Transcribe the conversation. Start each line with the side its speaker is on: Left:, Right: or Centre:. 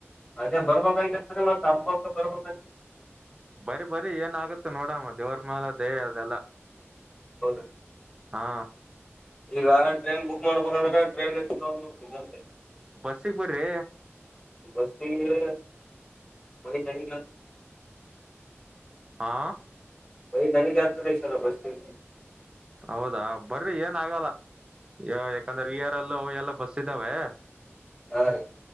Left: ಅದೇ ಬರ್ಬೇಕ್ತರ್ತ ಮ ತ ಬರ್ಬ ಹ
Right: ಬರಿ ಬರಿ ಏನ ಆಗತ್ತ ನೋಡಮ್ಮ ದೇವರ ಮ್ಯಾಲ್ ದಯೆ ಅದೆಲ್ಲ
Left: ಹೌದು
Right: ಹಾ
Left: ಈಗ ಟ್ರೈನ್ ಬುಕ್ ಮಾಡ್ಬೇಕಂದ್ರೆ ಟ್ರೈನ್ಲ್ <unintelligible>
Right: ಬಸ್ಸಗ್ ಬರ್ರಿ
Left: ಬಸ್ಸಿಗೆ <inaudible>
Right: ಆ
Left: ಬ <unintelligible> ಸಲ ಬಸ್ತಿ
Right: ಹೌದಾ ಬರ್ರಿ ಏನ್ ಆಗಲ್ಲ ಯ ಯಾಕಂದ್ರೆ ವಿ ಆರ್ ಎಲ್ ಅಲ್ಲೂ ಬಸ್ ಇದ್ದಾವೆ
Left: ಹಾ ರೀ